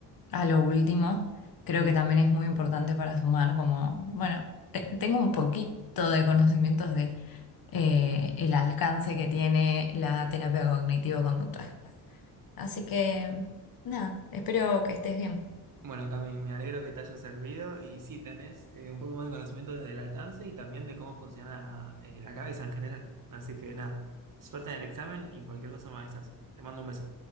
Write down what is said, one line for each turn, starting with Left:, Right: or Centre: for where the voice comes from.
Left: a lo último, creo que también es muy importante para sumar como, bueno. Te- Tengo un poquito de conocimientos de eh, el alcance que tiene la terapia cognitivo-conductual. Así que, nada, espero que estés bien.
Right: Bueno, Cami, me alegro que te haya servido y sí, tenés eh, un poco más de conocimiento desde el alcance y también de cómo funciona eh, la cabeza en general. Así que nada, suerte en el examen y en cualquier cosa me avisas. Te mando un beso.